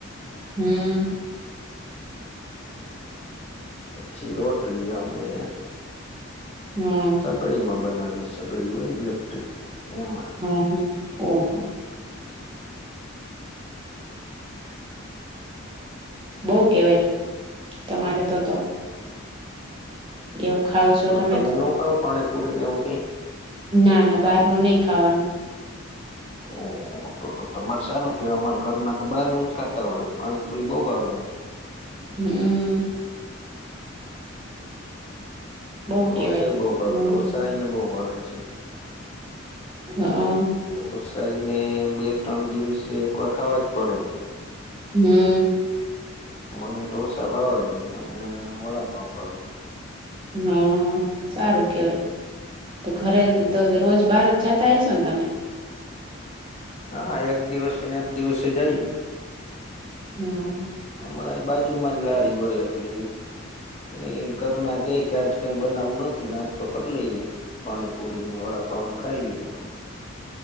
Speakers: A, on the right; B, on the left.
A: હમ
B: પછી રોટલી અમેં
A: હમ
B: સગડી માં બનાવી સગડી હોય ને ઇલેક્ટ્રિક એમાં
A: હા હા ઓહો બોવ કેવાય તમારે તો તો એવું ખાવ છો
B: તમે
A: તો
B: નખાવો પાણી પુરી ને એવું કઈ
A: ના ના બાર નું ની ખાવાનું
B: ઓ તો તો તો તમારે સારું કે અમાર ઘર ના તો બહાર નું જ ખાતા હોય પાણીપુરી બઉ ભાવે એને
A: હમ બઉ
B: ઢોસા
A: કેવાય
B: એ બઉ ભાવે
A: હમ
B: ઢોસા એને બઉ ભાવે છે
A: હા.
B: ઢોસા એને બે ત્રણ દિવસે એકવાર ખાવા જ પડે
A: હમ.
B: મને ઢોસા ભાવે મને વડાપાવ <unintelligible>
A: હ સારું કેવાય તો ઘરે તો રોજ બારજ જાતા હયશો ને તમે
B: હા એક દિવસેને એક દિવસે જઈએ
A: હમ.
B: અમારા બાજુમાં જ લારી હોય એટલે એ ઘરના કેય કે આજ કઈ બનાવવું નથી નાસ્તો કરી લઈએે પાણીપુરી ને વડાપાાવને ખાઈ લે તો